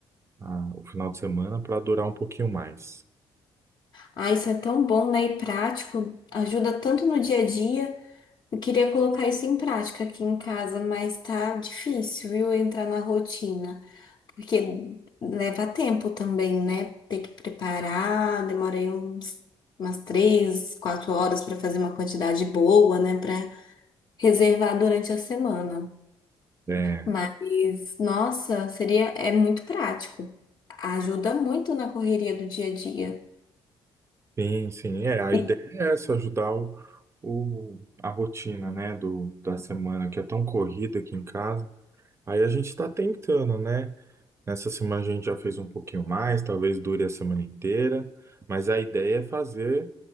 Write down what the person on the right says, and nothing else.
a- o final de semana para durar um pouquinho mais.
É,
sim, sim, é, a
ideia é essa, ajudar o, o- a rotina, né, do, da semana que é tão corrida aqui em casa. Aí a gente tá tentando, né? Nessa semana a gente já fez um pouquinho mais, talvez dure a semana inteira, mas a ideia é fazer